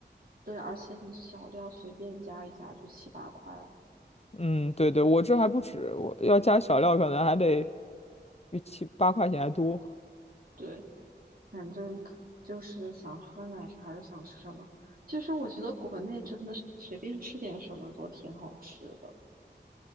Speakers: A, on the right (about 50°); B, on the left (about 35°).
A: 对，而且你小料随便加一加就七八块了。
B: 嗯，对对，我这还不止，我要加小料可能还得比七八块钱还多。
A: 对。反正就是想喝奶茶又想吃什么。就是我觉得国内真的是随便吃点什么都挺好吃的。